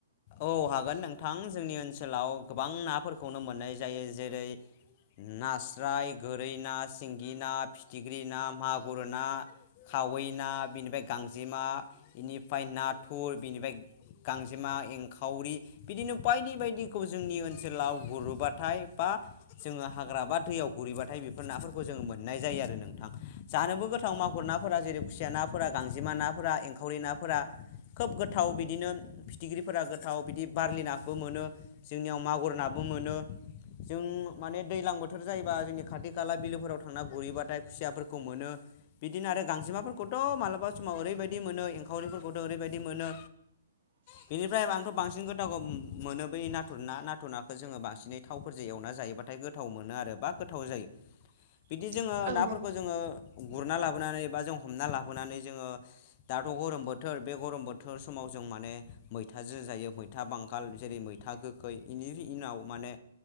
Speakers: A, on the left (about 40°); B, on the right (about 55°).
A: औ हागोन नोंथां जोंनि ओनसोलाव गोबां नाफोरखौनो मोननाय जायो जेरै नास्राय गोरै ना सिंगि ना फिथिख्रि ना मागुर ना खावै ना बेनिफ्राय गांजेमा बेनिफ्राय नाथुर बेनिफ्राय गांजेमा एं खावरि बिदिनो बायदि बायदिखौ जोंनि ओनसोलाव गुरोबाथाय बा जोङो हाग्रा बा दैयाव गुरैबाथाय बेफोर नाफोरखौ जोङो मोननाय जायो आरो नोंथां जानोबो गोथां मागुर नाफोरा जेरै खुसिया नाफोरा गांजेमा नाफोरा एंखावरि नाफोरा खोब गोथाव बिदिनो फिथिख्रि फोरा गोथाव बिदि बारलि नााबो मोनो जोंनियाव मागुर नाबो मोनो जों माने दैज्लां बोथोर जायोबा जोंनि खाथि खाला बिलोफोराव थांना गुरहैबाथाय खुसियाफोरखौ मोनो बिदिनो आरो गांजेमाफोरखौथ मालाबा समाव ओरैबायदि मोनो एंखावरिफोरखौथ ओरैबायदि मोनो
B: <inaudible>
A: बेनिफ्राय आंथ बांसिन गोदावखौ मोनो बै नाथुर ना नाथुर नाखौ जोङो बांसिनै थावफोरजों एवना जायोबाथ बाथाय गोथाव मोनो आरो बा गोथाव जायो
B: <inaudible>
A: बिदि जोङो
B: औ
A: नाफोरखौ जोङो गुरना लाबोनानै बा जों हमना लाबोनानै जोङो दाथ' गरम बोथोर बे गरम बोथोर समाव जों माने मैथाजों जायो मैथा बांगाल जेरै मैथा गोखै बेनि उनाव माने